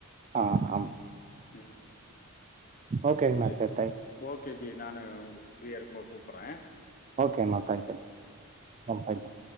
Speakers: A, on the right; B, on the left.
A: ஆ ஆமா
B: ம்
A: ஓகேங்கண்ணா
B: இல்ல ஜி
A: சரி தேங்க்
B: ஓகே ஜி நானு ஒங்ளுக்கு ஃப்ரீயா இருக்குபோது கூப்புறே
A: ஓகேண்ணா தேங்க்யூ ம் தேங்க்யூ